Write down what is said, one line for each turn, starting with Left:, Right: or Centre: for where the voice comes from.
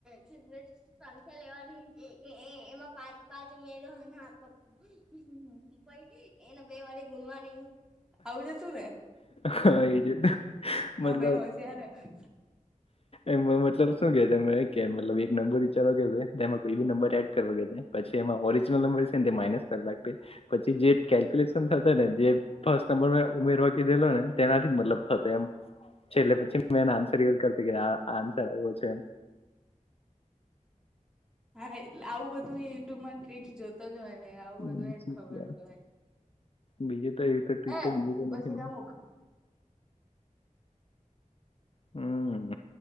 Centre: સંખ્યા લેવાની એમાં પાંચ પાંચ ઉમેરવા અને પપ્પ. પાઈ એને બે વાડીે ગુડ મોર્નિંગ આવું જતું ને.
Left: હા એજ મતલબ
Centre: મા ભાઈ હોશિયાર હે
Left: એમમાં મતલબ. શું કે તમે કે મતલબ એક નંબર. ચાલ કે એમાં કોઈ બી નંબર એડ કરવા કે પછી એમાં ઓરિજિનલ નંબર છે ને તે માઇનસ કર લખે. પછી જે કેલ્ક્યુલેશન થ ને જે. ફર્સ્ટ નંબર ઉમેરવાકી દેલો ને તેનાથી મતલબ થતો એમ. છેલ્ટલે પછી મેને આન્સર એવ કરતો આ આન્સર આવ્યો છે એમ.
Centre: હા એટલે આવું બધું એ યુટ્યુબમાં ટ્રક જો. તો જ હોય આવું
Left: હમ,
Centre: હત હોય એમ
Left: ઠીક
Centre: ખબર
Left: યાર.
Centre: જ હોય.
Left: બીજું તો એ નથી.
Centre: એ ઓશિકા મૂક
Left: હમ